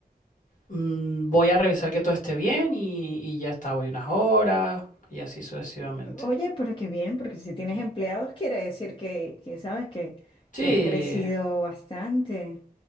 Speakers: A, on the left; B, on the left.
A: mm, voy a revisar que todo esté bien y, y ya está, voy unas horas y así sucesivamente.
B: Oye, pero qué bien, porque si tienes empleados quiere decir que, que sabes que,
A: Sí,
B: que has crecido bastante.